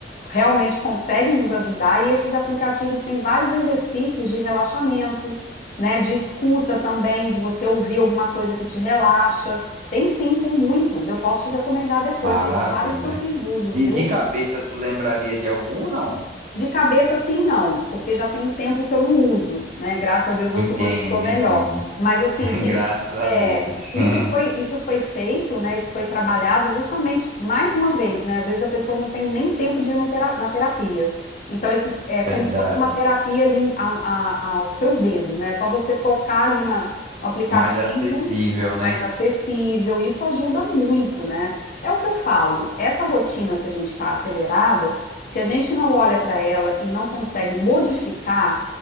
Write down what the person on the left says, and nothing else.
realmente conseguem nos ajudar. E esses aplicativos têm vários exercícios de relaxamento, né? De escuta também, de você ouvir alguma coisa que te relaxa. Tem sim, tem muitos. Eu posso te recomendar depois.
Tem vários que eu fiz uso, viu?
De cabeça, sim, não, porque já tem um tempo que eu não uso, né? Graças a Deus eu
tô, hoje eu tô melhor.
Mas assim,
tem,
é,
isso foi,
isso foi feito, né? Isso foi trabalhado justamente mais uma vez, né? Às vezes a pessoa não tem nem tempo de ir no tera- na terapia. Então, esses, é como
se fosse uma terapia ali a- a- aos seus dedos, né? É Só você tocar ali na, no aplicativo
mais acessível, isso ajuda muito, né? É o que eu falo, essa rotina que a gente está acelerada. Se a gente não olha para ela e não consegue modificar